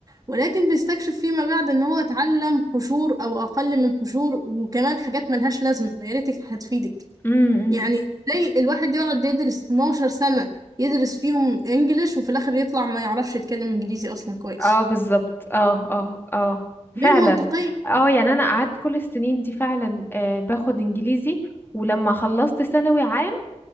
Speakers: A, on the right; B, on the left.
A: ولكن بيستكشف فيما بعد ان هو اتعلم قشور او اقل من قشور وكمان حاجات ملهاش لازمه يا ريتك هتفيدك
B: امم
A: يعني زي الواحد يقعد يدرس 12 سنه يدرس فيهم انجليش وفي الاخر يطلع ما يعرفش يتكلم انجليزي اصلا كويس
B: اه بالظبط اه اه اه فعلا
A: غير منطقيه
B: اه يعني انا قعدت كل السنين دي فعلا آه باخد انجليزي ولما خلصت ثانوي عام